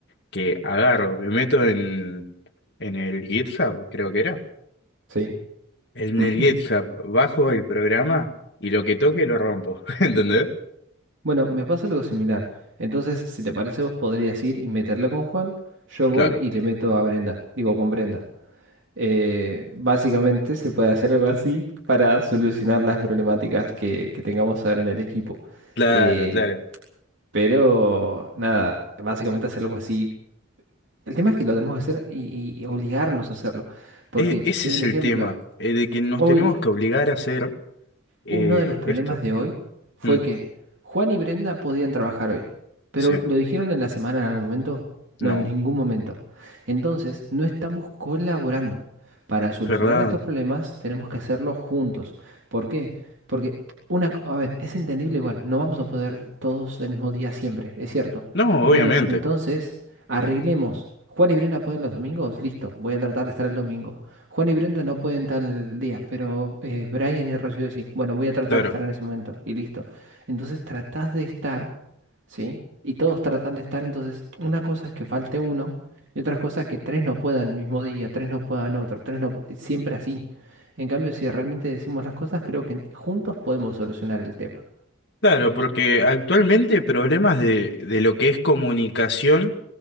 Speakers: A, on the left; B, on the right.
A: que agarro, me meto en, en el GitHub, creo que era.
B: Sí.
A: En
B: Mm.
A: el GitHub bajo el programa y lo que toque lo rompo, <laughs> ¿entendés?
B: Bueno, me pasa algo similar. Entonces, si te parece, vos podrías ir y meterla con Juan. Yo voy
A: Claro,
B: y le meto a Brenda. Digo, con Brenda. Eh, básicamente se puede hacer algo así para solucionar las problemáticas que, que tengamos ahora en el equipo.
A: claro,
B: Eh,
A: claro.
B: pero nada, básicamente hacer algo así. El tema es que lo tenemos que hacer y, y- y obligarnos a hacerlo. Porque
A: E- ese
B: te doy
A: es
B: un ejemplo.
A: el tema, eh, de que nos
B: Hoy
A: tenemos que obligar a hacer eh,
B: Uno de los problemas
A: esto.
B: de hoy fue
A: Mm.
B: que Juan y Brenda podían trabajar hoy, pero
A: Sí,
B: ¿lo dijeron en la semana en algún momento? No,
A: no,
B: en ningún momento. Entonces, no estamos colaborando. Para solucionar
A: ¿verdad?
B: estos problemas tenemos que hacerlo juntos. ¿Por qué? Porque una, co- a ver, es entendible igual, no vamos a poder todos el mismo día siempre, es cierto.
A: No, obviamente,
B: Bueno, pero entonces arreglemos. Juan y Brenda pueden los domingos, listo, voy a tratar de estar el domingo. Juan y Brenda no pueden tal día, pero eh, Brian y Rocío sí. Bueno, voy a tratar
A: claro.
B: de estar en ese momento y listo. Entonces tratás de estar, ¿sí? Y todos tratan de estar, entonces una cosa es que falte uno y otra cosa es que tres no puedan el mismo día, tres no puedan otro, tres no... pu- Siempre así. En cambio, si realmente decimos las cosas, creo que juntos podemos solucionar el tema.
A: Claro, porque actualmente problemas de, de lo que es comunicación